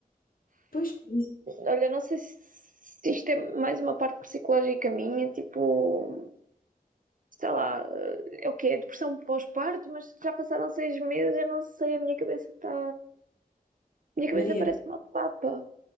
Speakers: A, on the left; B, on the right.
A: Pois, por isso.
B: Olha, não sei se, se isto é mais uma parte psicológica minha, tipo, sei lá, eh, é o quê? É depressão pós-parto, mas já passaram seis meses, eu não sei, a minha cabeça está. Minha cabeça
A: Maria,
B: parece uma papa.